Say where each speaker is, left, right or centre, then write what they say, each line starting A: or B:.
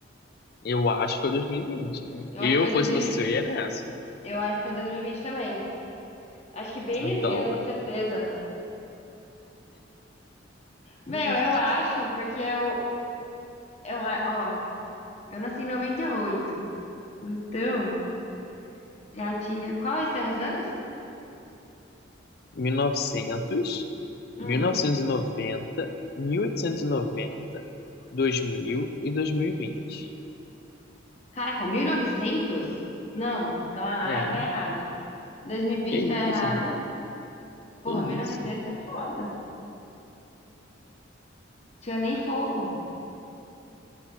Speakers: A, on the left; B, on the left.
A: Eu acho que foi dois mil e vinte
B: Eu
A: Eu
B: acho que foi
A: fosse
B: 2020.
A: você, eu ia nessa.
B: Eu acho que foi 2020 também. Acho que bem
A: Então,
B: nesse ano,
A: ó,
B: certeza. Meu,
A: mil
B: eu acho, porque eu, Eu, a- ó, eu nasci em noventa e oito Então, já tinha. Quais são os anos?
A: e
B: Hum.
A: 1990, mil 2000 e noventa dois dois mil mil e dois mil e vinte
B: Caraca, mil e novecentos Não. Então, ah,
A: É,
B: tá errada. dois mil e vinte
A: que
B: tá errado.
A: isso, gente.
B: Porra,
A: Que
B: mil e
A: isso.
B: novecentos é foda. Não tinha nem fogo.